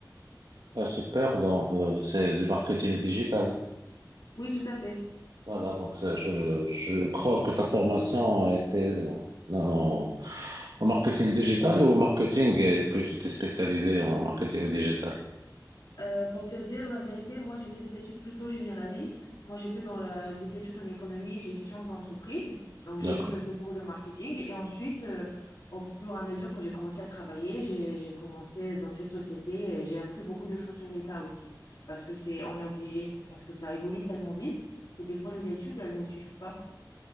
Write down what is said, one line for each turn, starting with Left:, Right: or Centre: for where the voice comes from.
Right: Ah, super, donc, euh, c'est du marketing digital.
Left: Oui, tout à fait.
Right: Voilà, donc c'est- je, je crois que ta formation a été en, en- en marketing digital ou au marketing, et puis tu t'es spécialisé en marketing digital.
Left: Euh, pour te dire la vérité, moi j'ai fait des études plutôt généralistes. Moi j'ai fait dans la- les études en économie et gestion d'entreprise. Donc j'ai
Right: D'accord.
Left: eu quelques cours de marketing et ensuite, euh, au fur et à mesure quand j'ai commencé à travailler, j'ai, j'ai commencé dans cette société et j'ai appris beaucoup de choses sur l'État aussi parce que c'est, on est obligé, parce que ça évolue tellement vite que des fois les études elles ne suivent pas.